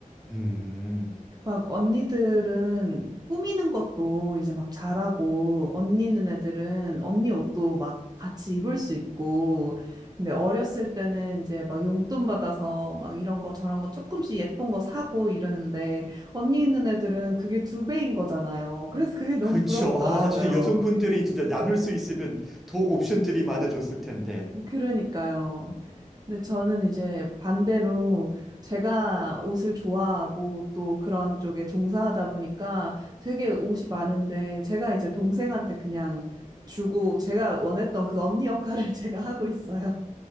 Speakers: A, in the centre; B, on the right.
A: 음,
B: 막 언니들은 꾸미는 것도 이제 막 잘하고, 언니 있는 애들은 언니 옷도 막 같이 입을 수 있고, 근데 어렸을 때는 이제 막 용돈 받아서 막 이런 거 저런 거 조금씩 예쁜 거 사고 이러는데, 언니 있는 애들은 그게 두 배인 거잖아요. 그래서 그게 너무
A: 그쵸.
B: 부럽더라고요.
A: 아, 진짜 여성분들이 진짜 나눌 수 있으면 더 옵션들이 많아졌을 텐데.
B: 그러니까요. 근데 저는 이제 반대로 제가 옷을 좋아하고 또 그런 쪽에 종사하다 보니까 되게 옷이 많은데 제가 이제 동생한테 그냥 주고 제가 원했던 그 언니 역할을 <laughs> 제가 하고 있어요.